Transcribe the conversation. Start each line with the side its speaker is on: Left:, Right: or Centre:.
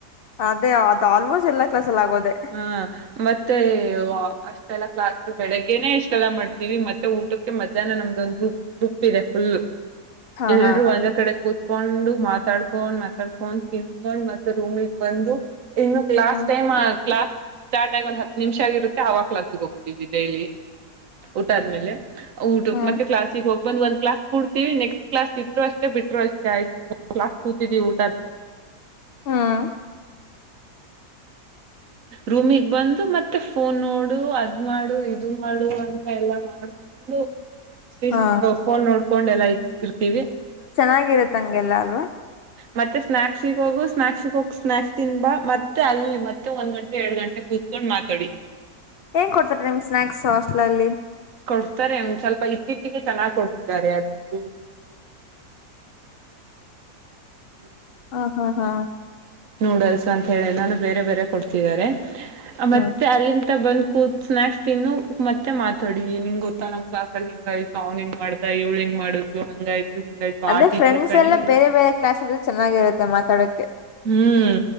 Left: ಅದೇ ಅದ ಆಲ್ಮೋಸ್ಟ್ ಎಲ್ಲಾ ಕ್ಲಾಸಲ ಆಗೋದೆ.
Right: ಹಾ ಮತ್ತೆ ಅಷ್ಟೆಲ್ಲ ಕ್ಲಸ್. ಬೆಳಿಗ್ಗೆನೆ ಇಷ್ಟೆಲ್ಲ ಮಾಡ್ತೀವಿ ಮತ್ತೆ ಊಟಕ್ಕೆ ಮಧ್ಯಾಹ್ನ ನಮ್ದೊಂದ್ ಗ್ರೂಪ್ ಗ್ರೂಪ್ ಇದೆ ಫುಲ್.
Left: ಹಾ
Right: ಎಲ್ರೂ
Left: ಹಾ
Right: ಒಂದ ಕಡೆ ಕೂತ್. ಕರ್ಕೊಂಡು ಮಾತಾಡ್ಕೊಂಡ್ ಮಾತಾಡ್ಕೊಂಡ್ ತಿಂದಕೊಂಡ್ ಮತ್ತೆ ರೂಮಿಗೆ ಬಂದು. ಇನ್ನು ಕ್ಲಾಸ್
Left: ಹಾ
Right: ಟೈಮ್ ಕ್ಲಾಸ್. ಸ್ಟಾರ್ಟ್ ಆಗ ಒಂದ್ ಹತ್ತು ನಿಮಿಷ ಆಗಿರುತ್ತೆ ಆ ಕ್ಲಾಸಿಗೆ ಹೋಗ್ತೀವಿ. ಡೇಲಿ. ಊಟ ಆದ್ಮೇಲೆ ಊಟ
Left: ಹ್ಮ್
Right: ಮತ್ತೆ ಕ್ಲಾಸಿಗೆ ಹೋಗ. ಬಂದ್ ಒಂದ್ ಕ್ಲಾಸ್ ಕಡ್ತೀವಿ ನೆಕ್ಸ್ಟ್ ಕ್ಲಾಸ್ ಇದ್ರು ಅಷ್ಟೇ ಬಿಟ್ರು ಅಷ್ಟೇ ಆಯ್ತು ಒಂದ್ ಕ್ಲಾಸ್ ಕೂತಿದೀವಿ ಊಟ.
Left: ಹ್ಮ್
Right: ರೂಮಿಗ್ ಬಂದು ಮತ್ತೆ ಫೋನ್ ನೋಡು ಅದ್ ಮಾಡು ಇದು ಮಾಡು ಅಂತ ಎಲ್ಲ ಮಾಡ್ಕೊಂಡು. ಸಿಸ್ತೊ
Left: ಹಾ
Right: ಫೋನ್ ನೋಡ್ ಕೊಂಡೆಲ್ಲೆ ಇರ್ತಿರ್ತಿವಿ.
Left: ಚೆನ್ನಾಗಿರುತ್ ಹಂಗೆಲ್ಲ ಅಲ್ವಾ.
Right: ಮತ್ತೆ ಸ್ನ್ಯಾಕ್ಸಿಗ್ ಹೋಗು ಸ್ನ್ಯಾಕ್ಸಿಗ್ ಹೋಗ್ ಸ್ನಾಕ್ಸ್ ತಿಂದ್ ಬಾ ಮತ್ತೆ ಅಲ್ಲಿ ಮತ್ ತ್ತೆ ಒಂದ್ ಗಂಟೆ ಎರಡ್ ಗಂಟೆ ಕುತ್ಕೊಂಡ್ ಮಾತೊಡಿ.
Left: ಏಂಗ್ ಕೊಡ್ತಾರ್ ನಿಮ್ ಸ್ನ್ಯಾಕ್ಸು ಹಾಸ್ಟೆಲಲ್ಲಿ.
Right: ಕೊಡ್ತಾರೆ ಒಂದ್ ಸ್ವಲ್ಪ ಇತ್ತೀಚಿಗೆ ಚೆನ್ನಾಗ್ ಕೊಡ್ತಿದ್ದಾರೆ ಅದು. <unintelligible>
Left: ಹ ಹಾ ಹಾ.
Right: ನೂಡಲ್ಸ್ ಅಂತ ಹೇಳಿನ ಏನನ ಬೇರೆ ಬೇರೆ ಕೊಡ್ತಿದ್ದಾರೆ. ಮತ್ತೆ
Left: ಹ್ಮ್
Right: ಅಲ್ಲಿಂದ ಬಂದ. ಕೂತ್ ಸ್ನಾಕ್ಸ್ ತಿನ್ನು ಮತ್ತೆ ಮಾತೋಡಿ ನಿಂಗ್ ಗೊತ್ತಾ ನಮ್ ಕ್ಲಾಸ್ ಅಲ್ಲಿ ಹಿಂಗ ಆಯ್ತು ಅವನಿಂಗ ಮಾಡ್ದ ಇಲಾವ್ಹೆಂಗ್ ಮಾಡದ್ಲು ಹಂಗಾಯ್ತು. ಹಿಂಗಾಯ್ತು
Left: ಅಂದ್ರೆ
Right: ಆ ಟೀಚರ್
Left: ಫ್ರೆಂಡ್ಸ್
Right: ಕಣೆ
Left: ಎಲ್ಲ
Right: ಈ
Left: ಬೇರೆ ಬೇರೆ ಕ್ಲಾಸ್ ಅಲ್ಲಿ ಇದ್ರೆ ಚೆನ್ನಾಗಿರುತ್ತೆ ಮತಾ. ತಡಕ್ಕೆ.
Right: ಹ್ಮ್